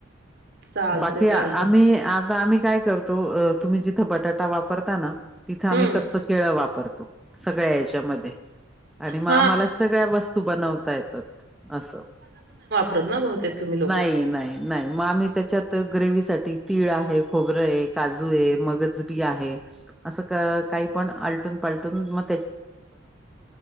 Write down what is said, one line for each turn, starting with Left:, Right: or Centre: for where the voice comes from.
Right: चालते
Centre: बाकी
Right: चालते
Centre: आम्ही आता आम्ही काय करतो तुम्ही जिथं बटाटा वापरता ना तिथं आम्ही
Right: हम्म
Centre: कच्च केळ वापरतो सगळ्या याच्यामध्ये आणि मग
Right: हा
Centre: आम्हाला सगळ्या वस्तू बनवता येतात असं
Right: प्र, बहुतेक एक तुमही लोक
Centre: नाही नाही नाही मग आम्ही च्यात ग्रेवी साठी तीळ आहे खोबरं आहे काजू आहे मगज बी आहे असं काही पण आलटून पालटून ह